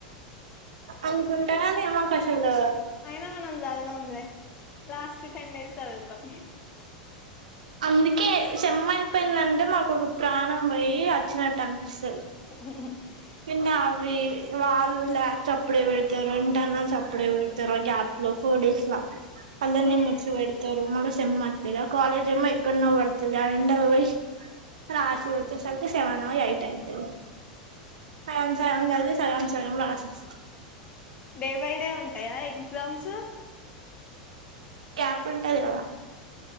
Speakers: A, on the right; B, on the left.
A: అనుకుంటా గని మాకు అసలు
B: అయినా మనం చదవంలే లాస్ట్ టెన్ ఇడేర్స్ చదుతాం
A: అందుకే సెం అయిపోయిందనుకో మాకు ఒక ప్రాణం పోయి వచ్చినట్టు అనిపిస్తుంది
B: <inaudible>
A: కింట అవి వాళ్ళు చప్పుడే వెడతారు ఇంటన్న చప్పుడే వెడతారు గ్యాప్ లో ఫోర్ డేస్ అందులోనే
B: హ్మ్
A: మీట్స్ పెడతారు మల్లా ఇగ కాలేజ్
B: హ్మ్
A: ఏమో ఎక్కన్నో పడుతది ఆ ఎండల పోయి రాసి వచ్చేసర్ సెవెన్ ఎయిట్ అయితది సగం సగం సాధివి సగం సగం రాసిస్త
B: డే బై డే ఉంటాయా ఎగ్జామ్స్
A: క్యాప్ ఉంటది కదా